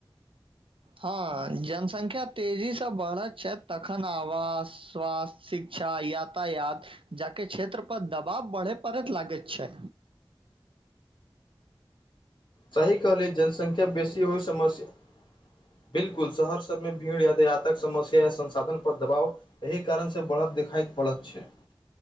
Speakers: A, on the right; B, on the left.
A: हँ जनसंख्या तेजीसँ बढ़ैत छथि तखन आवास स्वास्थ्य शिक्षा यातायात जाके क्षेत्र पर दबाव बढ़े परैत लागैत छैय।
B: सही कहलियै जनसंख्या बेसी होइ समस्य बिलकुल शहर सबमे भीड़ यातायातक समस्या या संसाधनपर दबाव एहि कारणसँ बढ़त देखाइत पड़त छैय।